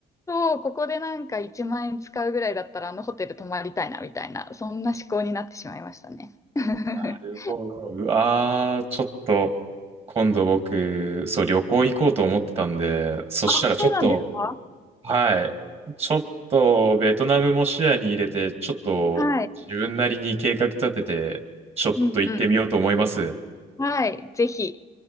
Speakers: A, on the left (about 20°); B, on the right (about 35°).
A: そう、ここでなんか1万円使うぐらいだったらあのホテル泊まりたいなみたいな、そんな思考になってしまいましたね。<laughs>
B: なるほど。うわー、ちょっと、今度僕、そう、旅行行こうと思ってたんで、そしたらちょっと、
A: あ、そうなんですか
B: はい。ちょっと、ベトナムも視野に入れて、ちょっと、
A: はい。
B: 自分なりに計画立てて、ちょっと行ってみようと思います。
A: うんうん。はい、ぜひ。